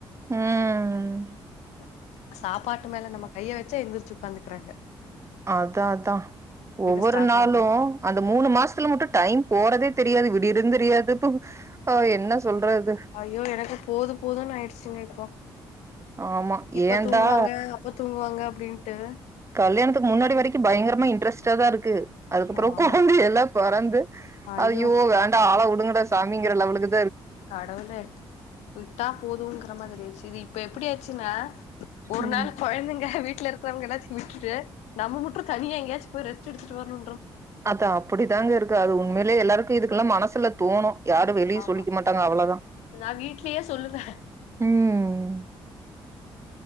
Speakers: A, on the right (about 25°); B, on the left (about 75°).
A: உம்
B: <inaudible> சாப்பாட்டு மேல நம்ம கையை வ கொஞ்ச எந்திரிச்சி உக்காந்துகிறாங்க
A: அதா அதா ஒவ்வொரு
B: ஸ்டார்ட்
A: நாளும்
B: ஆயிடுது
A: அந்த மூணு மாசத்துல மட்டும் டைம் போறதே தெரியாது விடியிறது தெரியாது போ ஆஹ் என்ன சொல்றது
B: ஐயோ எனக்கு போதும் போதுன்னு ஆயிடுச்சுங்க இப்போ.
A: ஆமா
B: இப்ப
A: ஏன்டா
B: தூங்குவாங்க அப்ப தூங் வாங்க அப்படின்ட்டு
A: கல்யாணத்துக்கு முன்னாடி வரைக்கு பயங்கரம இன்டரஸ்டா தா இருக்கு அதுக்கப்புறம்
B: ஆமா
A: குழந்தைய எல்லா பொறந்து
B: ஐயோ
A: அய்யோ வேண்டா ஆள விடுங்க விடுங்கடா சாமிங்கிறலவலுக்கு
B: கடவுளே விட்டா போதும்ங்கிற மாதிரி சிரி இப்ப எப்டியாச்சுனா ஒரு
A: ம்
B: நாள் குழந்தைங்க வீட்டு வீட்ல இருக்கிறவங்க எல்லாத்தையும் விட்டுட்டு நம்ம மட்டும் தனியா எங்கயாச்சு போய் ரெஸ்டெடுத்துட்டு வரணு
A: அத அப்டி தாங்க இருக்கு அது உண்மைய எல்லாருக்கும் இதுக்குலா மனசுல தோணு யாரும் வெளியே
B: ஆமா
A: சொல்லிக்க மாட்டாங்க அவ்ளோதா
B: நா வீட்லயே சொல்லுவே
A: உம்